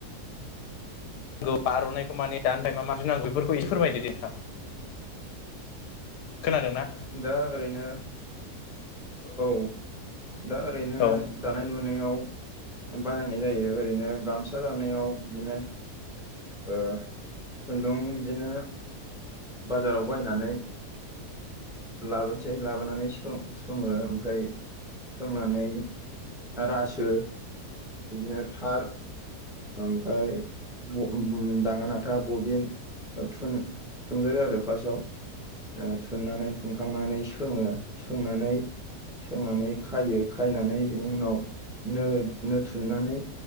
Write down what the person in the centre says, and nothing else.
<inaudible>
दा ओरैनो औ दा ओरैनो
दानाय लुनायाव बाहायनाय जायो ओरैनो गामसा दानायाव बिदिनो ओ खुन्दुं बिदिनो बाजाराव बायनानै <inaudible> लाबोनोसै लाबोनानै सो-सोङो ओमफ्राय सोंनानै रासो बिदिनो थार ओमफ्राय उम-उगोम दाङा नाथा बबिन ओ थुन-थुनगोरो आरो फार्स्टआव ओ थुननानै थुनखांनानै सोङो सोंनानै सोंनानै खाइयो खायनानै बिनि उनाव नो नो थुननानै